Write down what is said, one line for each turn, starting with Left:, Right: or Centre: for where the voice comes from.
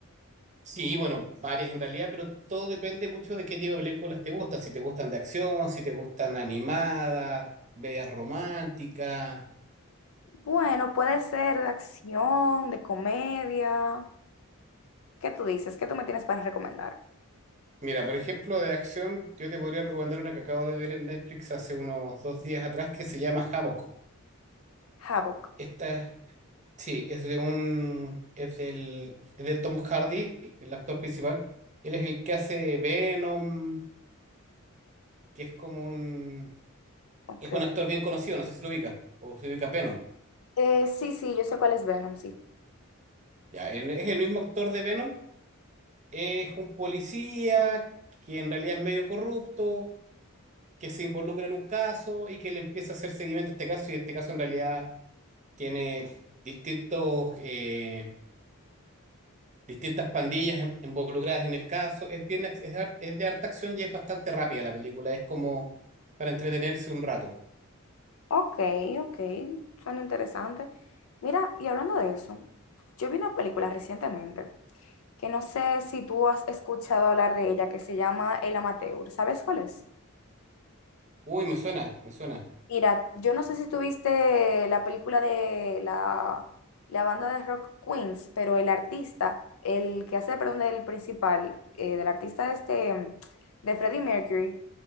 Right: Sí, bueno, varias en realidad, pero todo depende mucho de qué tipo de películas te gustan. Si te gustan de acción, si te gustan animadas, medias románticas.
Left: Bueno, puede ser de acción, de comedia. ¿Qué tú dices? ¿Qué tú me tienes para recomendar?
Right: Mira, por ejemplo, de acción, yo te podría recomendar una que acabo de ver en Netflix hace unos dos días atrás que se llama Havoc.
Left: Havoc,
Right: Esta, sí, es de un, es del, es de Tom Hardy, el actor principal. Él es el que hace Venom, que es como un
Left: ok.
Right: Es un actor bien conocido, no sé si lo ubicas, o si ubicas Venom.
Left: Eh, sí, sí, yo sé cuál es Venom, sí.
Right: Ya, él es el mismo actor de Venom, es un policía que en realidad es medio corrupto, que se involucra en un caso y que le empieza a hacer seguimiento a este caso, y este caso en realidad tiene distintos, eh, distintas pandillas en- involucradas en el caso. Es, bien, ac- es, har- es de harta acción y es bastante rápida la película, es como para entretenerse un rato.
Left: Ok, ok, suena interesante. Mira, y hablando de eso, yo vi una película recientemente que no sé si tú has escuchado hablar de ella, que se llama El Amateur. ¿Sabes cuál es?
Right: Uy, me suena, me suena.
Left: Mira, yo no sé si tuviste la película de la, la banda de rock Queens, pero el artista, el que hace, perdón, del principal, eh, del artista este, de Freddie Mercury,